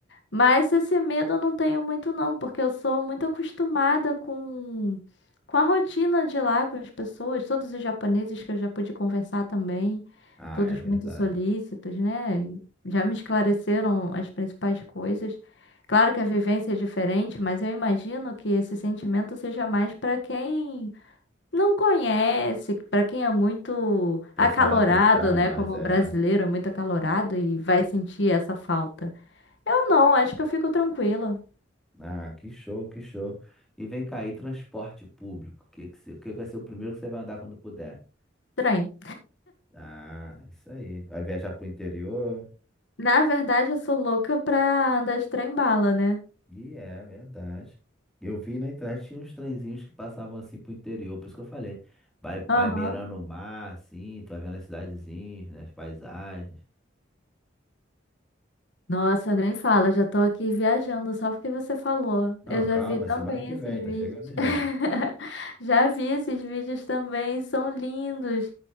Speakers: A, on the left; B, in the centre.
A: Mas esse medo eu não tenho muito, não, porque eu sou muito acostumada com, com a rotina de lá, com as pessoas, todos os japoneses que eu já pude conversar também,
B: Ah,
A: todos
B: é verdade.
A: muito solícitos, né? E Já me esclareceram as principais coisas. Claro que a vivência é diferente, mas eu imagino que esse sentimento seja mais para quem não conhece, para quem é muito
B: Tem
A: acalorado,
B: que se adaptar,
A: né,
B: mas
A: como
B: é.
A: brasileiro, é muito acalorado e vai sentir essa falta. Eu não, acho que eu fico tranquila.
B: Ah, que show, que show. E vem cá aí, transporte público. O que, que, se- que vai ser o primeiro que você vai andar quando puder?
A: Trem.
B: Ah, isso aí. Vai viajar pro interior?
A: Na verdade, eu sou louca pra andar de trem-bala, né?
B: E é verdade. Eu vi na internet tinha uns trenzinhos que passavam assim pro interior, por isso que eu falei. Vai,
A: Aham.
B: vai beirando o mar, assim, tu vai vendo as cidadezinhas, né, as paisagens.
A: Nossa, nem fala, já tô aqui viajando só porque você falou.
B: Não,
A: Eu já
B: calma,
A: vi também
B: semana que
A: esses
B: vem, tá
A: vídeos.
B: chegando já.
A: <laughs> Já vi esses vídeos também, são lindos.